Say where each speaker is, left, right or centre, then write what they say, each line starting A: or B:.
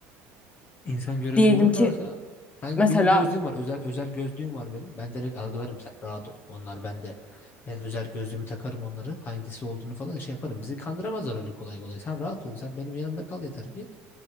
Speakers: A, on the left; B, on the left.
A: İnsan görünümlü
B: diyelim
A: olurlarsa
B: ki
A: ben
B: mesela
A: benim gözlüğüm var. Özel özel gözlüğüm var benim. Ben direkt algılarım sen rahat ol. Onlar bende. Ben özel gözlüğümü takarım onları. Hangisi olduğunu falan şey yaparım. Bizi kandıramazlar öyle kolay kolay. Sen rahat ol. Sen benim yanımda kal yeter ki